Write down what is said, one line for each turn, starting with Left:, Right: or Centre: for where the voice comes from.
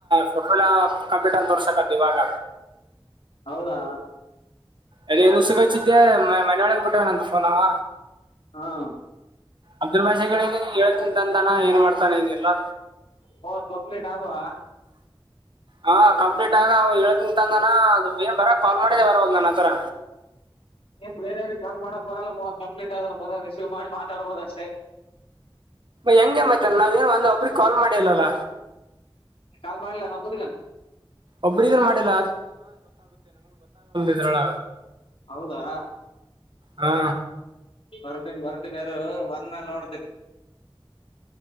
Right: ಫೋಟೋ ಎಲ್ಲ ಕಂಪ್ಯೂಟನ್ ತೋರ್ಸಕದು ಇವಾಗ
Left: ಹೌದಾ
Right: ಅದ ಇನು ಸುಗಚ್ಚಿದ್ದೆ ಮನೆಯೊಳಗೆ ಬಿಟ್ಟವ ನಂತ ಫೋನ್ ಅವ
Left: ಹಾ
Right: ಅಬ್ದುಲ್ ಭಾಷೆನೆ ಹೇಳ್ತೀಿಂತಂದಂತಾನ ಏನ್ ಮಾಡ್ತಾನೆ ಇದನಿಲ್ಲಾ
Left: ಮೂವತ್ ಕಂಪ್ಲೀಟ್ ಆದ್ವಾ
Right: ಹಾ ಕಂಪ್ಲೀಟ್ ಆಗ ಹೇಳ್ತಂತಂದಾನ ಅ ಏನ್ ಬರ ಕಾಲ್ ಮಾಡಿದ್ದೆ ಬರ ಒ ನನ್ ಆತರ
Left: ಏನ್ ಬೇರೆಯವ್ರಿಗೆ ಕಾಲ್ ಮಾಡಕ್ ಬರಲ್ಲ್ ಕಂಪ್ಲೀಟ್ ಆದ್ರ ಬರ ರಿಸೀವ್ ಮಾಡಿ ಮಾತಾಡ್ಬೋದ ಅಷ್ಟೇ
Right: ಹೆಂಗೆ ಮ್ತಾರೆ ನಾವ್ ಏನ್ ಒಂದ ಒಬ್ರ ಕಾಲ್ ಮಾಡಿಲ್ಲಲ್ಲ
Left: ಕಾಲ್ ಮಾಡಿಲ್ಲ ನಾ್ ಕೊರಿ
Right: ಒಬ್ರಿಗೂ ಮಾಡಿಲ್ಲ ಇದ್ರಳ
Left: ಹೌದಾ
Right: ಹಾ
Left: ಬರ್ತೀನ್ಿ ಬರ್ತೀನಿಾರರು ಬಂದ್ಮೇಲ್ ನೋಡ್ತನಿ